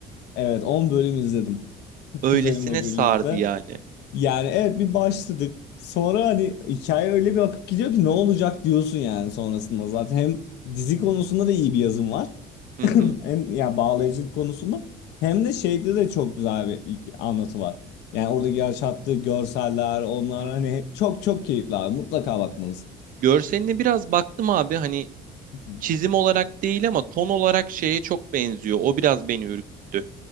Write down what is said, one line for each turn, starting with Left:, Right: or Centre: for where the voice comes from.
Left: Evet 10 bölüm izledim <laughs>
Right: Öylesine
Left: kuzenimle
Right: sardı
Left: birlikte.
Right: yani.
Left: Yani evet bir başladık. Sonra hani hikaye öyle bir akıp gidiyor ki ne olacak diyorsun yani sonrasında. Zaten hem dizi konusunda da iyi bir yazım var. <clears throat>
Right: Hı hı.
Left: Hem ya bağlayıcılık konusunda hem de şeyde de çok güzel bir iki- anlatı var. Yani oradaki yaşattığı görseller onlar
Right: Hı.
Left: hani çok çok keyifli abi. Mutlaka bakmalısın.
Right: Görseline biraz baktım abi hani
Left: Hı hı.
Right: çizim olarak değil ama ton olarak şeye çok benziyor. O biraz beni ürküttü.